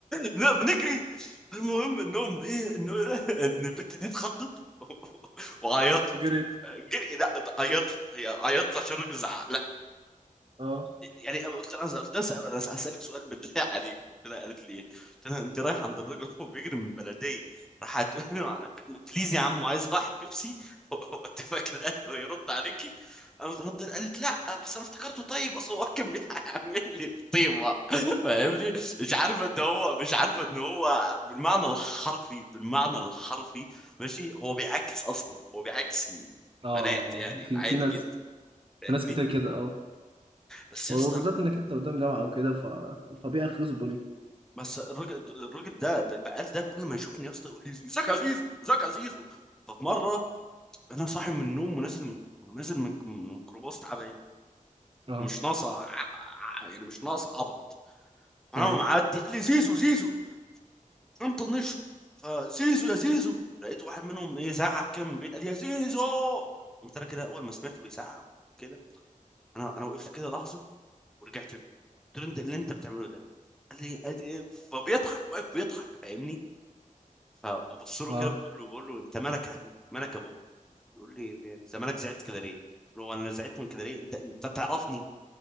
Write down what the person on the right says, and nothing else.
جريت
اه
اه
في
في ناس
في ناس كتير كده اه
وبالذات
انك انت قدام جامعه او كده ف طبيعي يخلصوا ليك
اه
طيب
اه